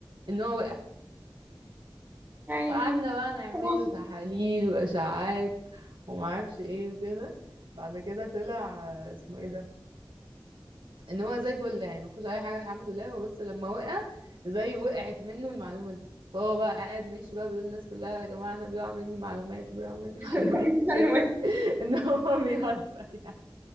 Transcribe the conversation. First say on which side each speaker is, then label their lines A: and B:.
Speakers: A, on the right; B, on the right.
A: ان هو وقع
B: يعني
A: فقعدنا بقى نعمل
B: حرام
A: له تحاليل واشعاعات ومعرفش ايه وكده بعد كده طلع آه، اسمه ايه ده ان هو زي الفل يعني ما فيهوش اي حاجه الحمد لله هو بس لما وقع زي وقعت منه المعلومه دي فهو بقى قاعد ماشي بقى بيقول للناس كلها يا جماعه انا بيقع مني معلومات بيقع مني
B: <laughs>
A: <laughs> معلومات
B: معلومات.
A: كده ان هو بيهزر يعني.